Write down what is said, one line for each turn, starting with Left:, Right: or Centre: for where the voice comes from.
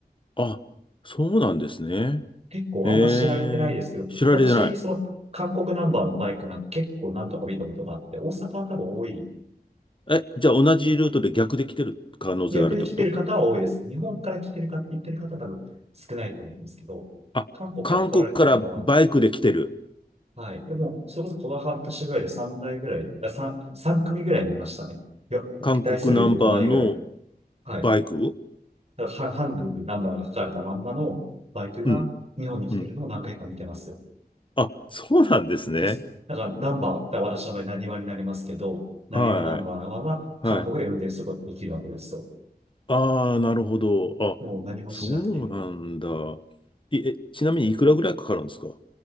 Left: あ、そうなんですね。
Right: 結構あんま知られてないですけど、
Left: ええ、知られてな
Right: 私、その、韓国ナンバーのバイクなんか結構何とか見たことがあって、大阪は多分多い。
Left: い。え、じゃあ同じルートで逆で来てる可能性があるってこと
Right: 逆に来てる方は多いです。日本から来てる方、行ってる方は多分少ないと思うんですけど、
Left: あ、
Right: 韓国から来られてる方は
Left: 韓国からバイクで来てる。
Right: はい。でも、それこそこの半年ぐらいで3台ぐらい、あ、3、三組ぐらい見ましたね。よ、
Left: 韓国ナンバーの
Right: 台数で言うと5台ぐらい。はい。
Left: バイク
Right: だからは、ハンルでナンバーが書かれたまんまのバイクが日本に来てるのを何回か見てますよ。
Left: うん。うん。あ、そうなんですね。
Right: そうっす。だからナンバー、だから私の場合、なにわになりますけど、なにわナンバーは韓国で運転することができるわけですよ。
Left: はい。はい。ああ、なるほど。あ、
Right: もう何もしなくていい。
Left: そうなんだ。いえ、ちなみにいくらぐらいかかるんですか